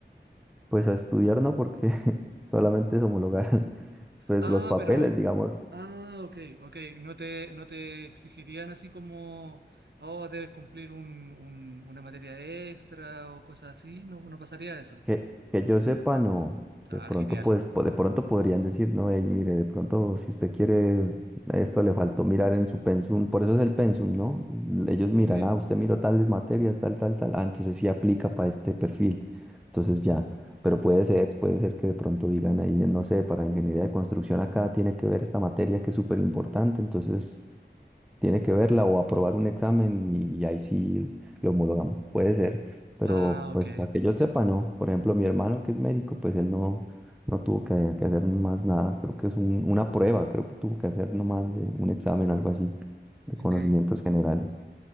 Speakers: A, in the centre; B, on the right.
A: Pues a estudiar no, porque <laughs> solamente es homologar <laughs> pues
B: Ah,
A: los papeles,
B: pero.
A: digamos,
B: Ah, ok, ok. No te, no te exigirían así como. Oh, debes cumplir un- un- una materia extra o cosas así. No, no pasaría eso.
A: Que, que yo sepa, no.
B: Ah,
A: De pronto,
B: genial.
A: pues, po- de pronto podrían decir, no, hey, mire, de pronto, si usted quiere, esto le faltó mirar en su pensum, por eso es el pensum, ¿no? Ellos miran,
B: Ok.
A: ah, usted miró tales materias, tal, tal, tal, ah, entonces sí aplica para este perfil, entonces ya. Pero puede ser, puede ser que de pronto digan ahí, no sé, para ingeniería de construcción acá tiene que ver esta materia que es súper importante, entonces tiene que verla o aprobar un examen y, y ahí sí lo homologamos. Puede ser, pero
B: Ah,
A: pues
B: ok.
A: a que yo sepa, no. Por ejemplo, mi hermano que es médico, pues él no, no tuvo que, que hacer más nada. Creo que es un- una prueba, creo que tuvo que hacer nomás de un examen, algo así, de
B: Ok.
A: conocimientos generales.